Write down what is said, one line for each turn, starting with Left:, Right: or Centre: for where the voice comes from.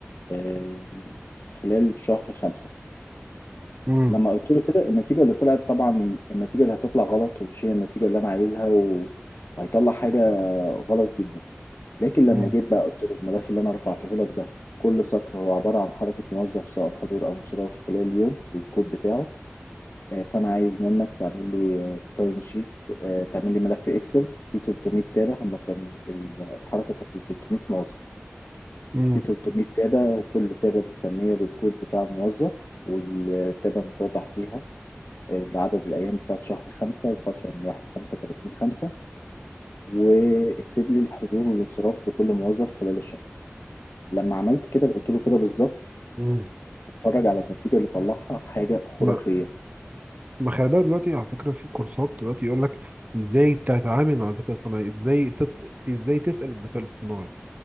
Left: آه، خلال شهر خمسة
Right: مم.
Left: لما قلت له كده النتيجة اللي طلعت طبعا النتيجة اللي هتطلع غلط ومش هي النتيجة اللي أنا عايزها و- وهيطلع حاجة غلط جدا لكن لما
Right: مم.
Left: جيت بقى قلت له الملف اللي انا رفعته لك ده كل سطر هو عباره عن حركه موظف سواء حضور او انصراف خلال اليوم والكود بتاعه آه، فانا عايز منك تعمل لي تايم شيت آه، تعمل لي ملف اكسل فيه 300 تابع هم كان ال- الحركه كانت من 300 موظف
Right: مم.
Left: فيه 300 تابع كل تابع بتسميها بالكود بتاع الموظف والتابع متوضح فيها آه، عدد الأيام بتاعت شهر خمسة الفترة من واحد خمسة تلاتين خمسة واكتب لي الحضور والانصراف لكل موظف خلال الشهر لما عملت كده قلت له كده بالظبط
Right: مم.
Left: اتفرج على النتيجة اللي طلعها حاجة خرافية
Right: ما ما خلي بالك دلوقتي على فكره في كورسات دلوقتي يقول لك ازاي تتعامل مع الذكاء الاصطناعي ازاي تت... ازاي تسال الذكاء الاصطناعي